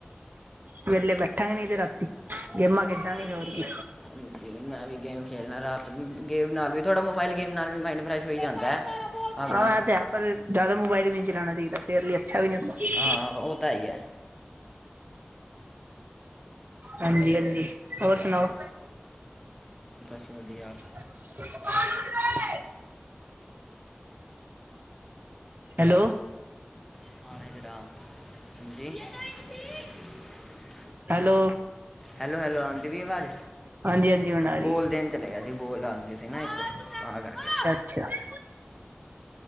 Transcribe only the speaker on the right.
ਵੇਲੇ ਬੈਠਾਂਗੇ, ਨਹੀਂ ਤੇ ਰਾਤੀ।
ਗੇਮਾਂ
ਖੇਡਾਂਗੇ ਹੋਰ ਕੀ।
ਆਾਂ ਏ ਤੇ ਹੈ ਪਰ, ਜ਼ਿਆਦਾ ਮੋਬਾਇਲ ਵੀ ਨ ਨਹੀਂ ਚਲਾਉਣਾ ਚਾਹੀਦਾ, ਸੇਹਤ ਲਈ ਅੱਛਾ ਵੀ ਨਹੀਂ ਹੁੰਦਾ
ਹਾਂਜੀ- ਹਾਂਜੀ, ਹੋਰ ਸੁਣਾਓ?
<unintelligible> ਹੈਲੋ।
ਹੈਲੋ।
ਹਾਂਜੀ ਹਾਂਜੀ ਹੁਣ ਆ ਰਹੀ
<unintelligible>